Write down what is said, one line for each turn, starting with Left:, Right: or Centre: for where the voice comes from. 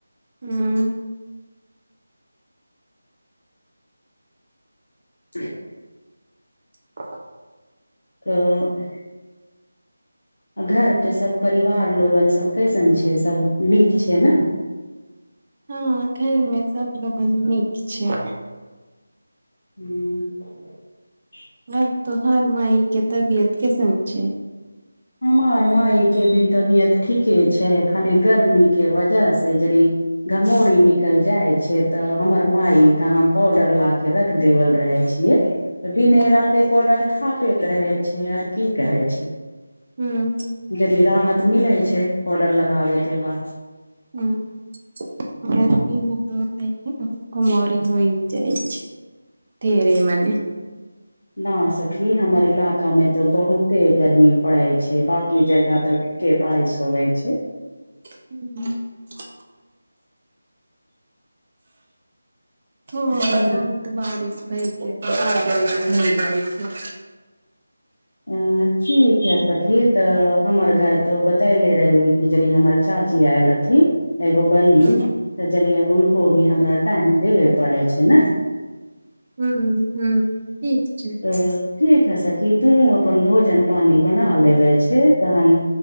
Right: हूँ
Left: <inaudible> <inaudible>
Right: ह <unintelligible> <unintelligible>
Left: तऽ आ घर पे सब परिवार लोगन सब कैसन छै सब नीक छै न
Right: हँ घर मे सबलोगन नीक छै
Left: हू <inaudible> <inaudible>
Right: हँ तोहर माइ के तबियत कैसन छै
Left: हमर माय के भी तबियत ठीके छै खाली गर्मी के वजह से जरी घमौरी निकल जाइ छै तऽ हमर माई तऽ हम पाउडर ला के रख देवल रहे छियए दिने
Right: हुं
Left: राते पाउडर थापैत रहे छै आओर की करे छै
Right: हूँ
Left: जदि राहत मिलै छै पॉवडर लगाबै के बाद
Right: हुँ गर्मीमे तऽ आओर घमोरी हो जाइ छै <unintelligible> ढेरे
Left: ह <unintelligible>
Right: मने
Left: <inaudible> ना सखी हमर इलाका मे तऽ बहुते गर्मी पड़े छै बाकी जगह तऽ बइसो वे छै <inaudible> <unintelligible>
Right: हू <inaudible> <inaudible> हँ
Left: ह
Right: बहुत बारिश भय के त आर गर्मि भई जाइ छै
Left: अ ठीक है सखी तऽ हमर घर तो बतैले रही कि यदि हमर चाची आय अथि एगो बहिन
Right: हुं
Left: त जरि उनको भी हमरा टाइम देबे पड़े छै ने
Right: हूँ हूँ ठीक छै
Left: त ठीक है सखी तुहूँ अपन भोजन पानी बना लेबे छै तऽ हम